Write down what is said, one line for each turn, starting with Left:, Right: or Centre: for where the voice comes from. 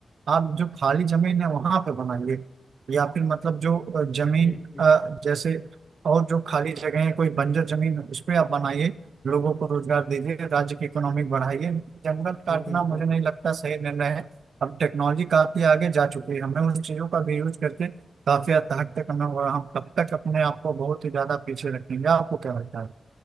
Right: आप जो खाली जमीन है वहां पे बनाइए या फिर मतलब जो अ, जमीन
Left: जी जी
Right: अ, जैसे और जो खाली जगह है कोई बंजर जमीन है उस पर आप बनाइए लोगों को रोजगार दीजिए राज्य की इकोनॉमिक बढ़ाइए लेकिन जंगल
Left: जी
Right: काटना
Left: बिल्कुल
Right: मुझे नहीं लगता सही निर्णय है अब टेक्नोलॉजी काफी आगे जा चुकी है हमें उस चीजों का भी यूज करके काफी हद हद तक हमें और हम तब तक अपने आप को बहुत ही ज्यादा पीछे रखेंगे आपको क्या लगता है